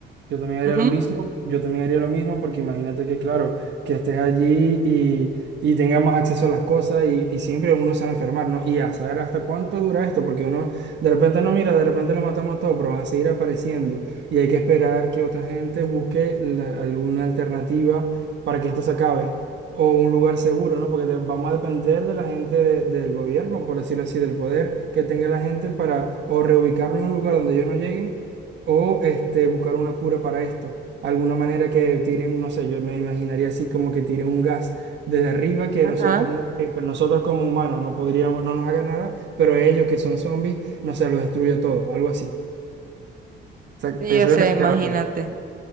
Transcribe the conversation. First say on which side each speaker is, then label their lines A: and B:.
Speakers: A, on the right; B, on the right.
A: Yo también haría
B: Ujú,
A: lo mismo, yo también haría lo mismo porque imagínate que, claro, que estés allí y, y tengas más acceso a las cosas y, y siempre uno se va a enfermar, ¿no? Y a saber hasta cuánto dura esto, porque uno de repente no mira, de repente los matamos todos, pero van a seguir apareciendo y hay que esperar que otra gente busque la- alguna alternativa para que esto se acabe o un lugar seguro, ¿no? Porque de- vamos a depender de la gente de- del gobierno, por decirlo así, del poder que tenga la gente para o reubicarnos en un lugar donde ellos no lleguen o este, buscar una cura para esto. Alguna manera que tiren, no sé, yo me imaginaría así como que tiren un gas desde arriba que
B: Ajá.
A: nosotros, no- eh, pero nosotros como humanos no podríamos, no nos haga nada, pero ellos que son zombies, no sé, los destruye todo, algo así. O sea,
B: Sí,
A: pienso
B: o sea,
A: yo que se
B: imagínate.
A: acabaría.